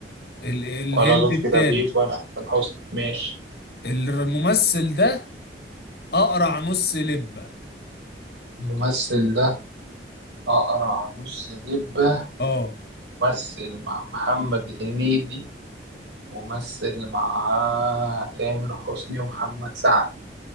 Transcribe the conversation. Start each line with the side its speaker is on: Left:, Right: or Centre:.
Left: ال الهنت
Right: ولا لطفي
Left: التالت
Right: لبيب ولا حسن حسني ماشي
Left: الممثل ده اقرع نص لبة
Right: الممثل ده اقرع نص لبه
Left: اه
Right: ممثل مع محمد هنيدي ومثل مع تامر حسني ومحمد سعد